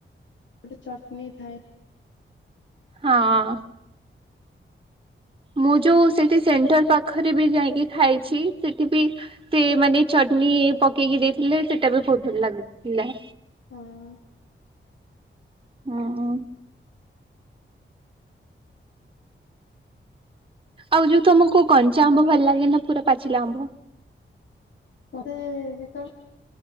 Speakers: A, on the left (about 65°); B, on the right (about 25°).
A: ଗୋଟେ ଚଟନି ଥାଏ
B: ହଁ। ମୁଁ ଯୋଉ ସେଠି ସେଣ୍ଟର ପାଖରେ ବି ଯାଇକି ଖାଇଛି ସେଠି ବି ସେ ମାନେ ଚଟନୀ ପକେଇକି ଦେଇଥିଲେ ସେଟା ବି ବହୁତ ଭଲ ଲାଗୁଥିଲା।
A: ହଁ।
B: ହଁ ହଁ। ଆଉ ଯୋଉ ତମକୁ କଞ୍ଚା ଆମ୍ବ ଭଲ ଲାଗେ ନା ପୁରା ପାଚିଲା ଆମ୍ବ?
A: ମତେ ଯେତେବେଳେ